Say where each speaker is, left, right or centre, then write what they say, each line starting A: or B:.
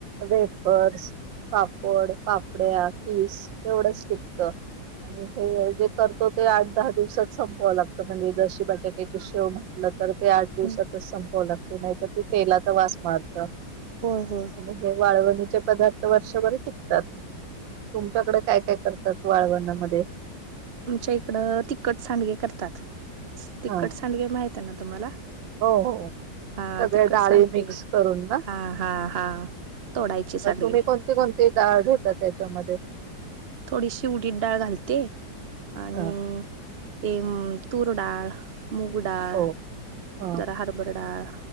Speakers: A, on the right; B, on the right.
A: वेफर्स, पापड, पापड्या, कीस एवढंच टिकत. आणि हे जे करतो ते आठ दहा दिवसात संपवावं लागतं म्हणजे जशी बटाट्याची शेव म्हटल तर ते आठ दिवसातच
B: हम्म
A: संपावं लागतय नाहीतर ते तेलाचा वास मारत.
B: हो हो
A: आणि हे वाळवणीचे पदार्थ वर्षभर टिकतात. तुमच्याकडे काय काय करतात वाळवणामध्ये
B: आमच्या इकडं तिखट सांडगे करतात. तिखट
A: हा
B: सांडगे माहित आहे ना तुम्हाला?
A: हो हो
B: हा
A: सगळ्या
B: तिकट
A: डाळी
B: सांडगेले
A: मिक्स करून ना
B: हा हा हा तोडायचे सांडगे
A: तुम्ही कोणती कोणती डाळ घेता त्याच्यामध्ये
B: थोडीशी उडीत डाळ घालते आणि
A: अ
B: ते तूरडाळ, मूग डाळ,
A: हो अ
B: जरा हरभर डाळ